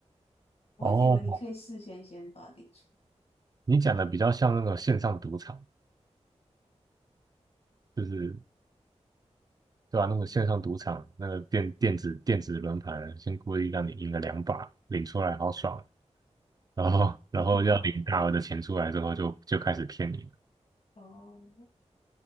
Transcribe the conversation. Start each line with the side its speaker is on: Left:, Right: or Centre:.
Left: 我一直以为你可以事先先把它领出来，
Right: 哦，你讲的比较像那个线上赌场，就是对吧、那个线上赌场，那个电电子电子轮盘，先故意让你赢了两把，领出来好爽。”然后然后要领大额的钱出来之后就就开始骗你了，
Left: 那我就跑了。哦，